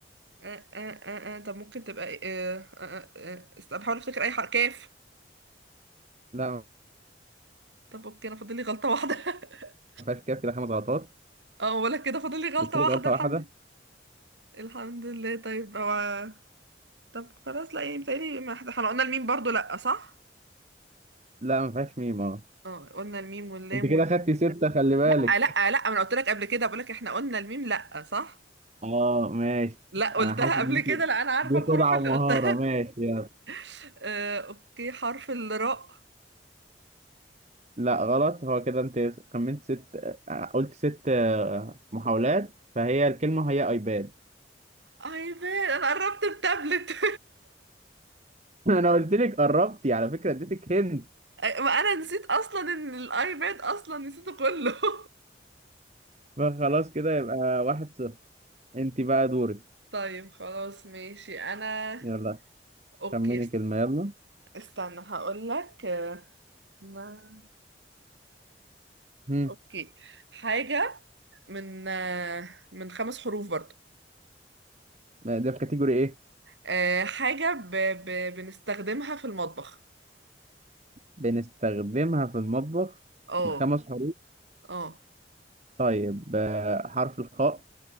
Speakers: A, on the right; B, on the right.
A: آه، آه، آه، آه، طب ممكن تبقى ايه آه، آه، آه، آه، است- بحاول افتكر اي حرف كاف
B: لا
A: طب اوكي انا فاضل لي غلطة واحدة <laughs>
B: ما فيهاش كده كده خمس غلطات
A: اه ولا كده فاضل لي غلطة
B: لسه لك
A: واحدة
B: غلطة
A: الحمد
B: واحدة
A: لله الحمد لله طيب هو طب خلاص لا يعني متهيألي ما احنا إحنا قلنا الميم برضو لأ صح؟
B: لا ما فيهاش ميم اه
A: اه قلنا الميم واللام
B: انت كده
A: وال...
B: خدتي ستة خلي بالك
A: لأ لأ لأ ما انا قلت لك قبل كده بقول لك احنا قلنا الميم لأ صح؟
B: اه ماشي
A: لا قلتها
B: انا حاسس
A: قبل
B: ان انت
A: كده لا انا عارفه
B: دي خدعة
A: الحروف اللي
B: ومهارة
A: قلتها
B: ماشي يلا
A: <laughs> آه، اوكي حرف الراء
B: لا غلط هو كده انت كملت ست آه، قلت ست آه، محاولات فهي الكلمة هي ايباد
A: ايباد انا قربت التابلت <laughs>
B: <laughs> انا قلت لك قربتي على فكرة اديتك هند
A: ما انا نسيت اصلا ان الايباد اصلا نسيته كله <laughs>
B: فخلاص كده يبقى واحد صفر انت بقى دورك
A: طيب خلاص ماشي انا
B: يلا
A: اوكي
B: خمني
A: است-
B: كلمة يلا
A: استنى هقول لك آه، نا-
B: هم.
A: اوكي حاجة من آه، من خمس حروف برضو
B: آه، ده في كاتيجوري ايه
A: آه، حاجة ب... ب... بنستخدمها في المطبخ
B: بنستخدمها في المطبخ
A: اه
B: من خمس حروف
A: اه
B: طيب آه، حرف الخاء